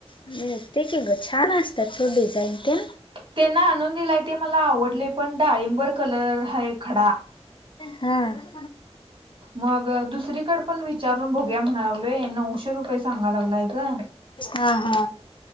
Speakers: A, on the left; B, on the right.
A: मिळतंय की ग छान असत्यात सोड डिझाईन त्या.
B: त्यान आणून दिलाय ते मला आवडले पण डाळिंबर कलर हाय खडा.
A: हा.
B: मग दुसरीकड पण विचारून बघया म्हणालोय नऊशे रुपये सांगा लागलाय का
A: हा हा.